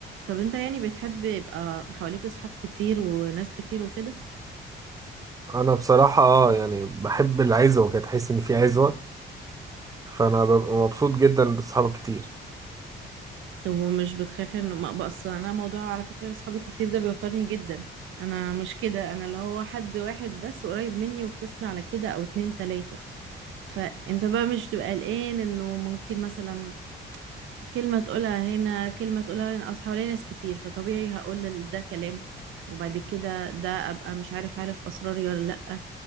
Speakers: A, on the right; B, on the right.
A: طب انت يعني بتحب يبقى حواليك اصحاب كتير وناس كتير وكده
B: انا بصراحه اه يعني بحب العزوه كده تحس ان في عزوه فانا ببقى مبسوط جدا بصحابي كتير
A: طب ومش بتخاف ان ما بس انا موضوع على فكرة اصحابي الكتير ده بيوترني جدا انا مش كده انا اللي هو حد واحد بس قريب مني وخلصنا على كده او اتنين تلاتة فانت بقى مش تبقى قلقان انه ممكن مثلا كلمة تقولها هنا كلمة تقولها هنا اصل حواليا ناس كتير فطبيعي هقول ده كلام وبعد كده ده ابقى مش عارف عارف اسراري ولا لا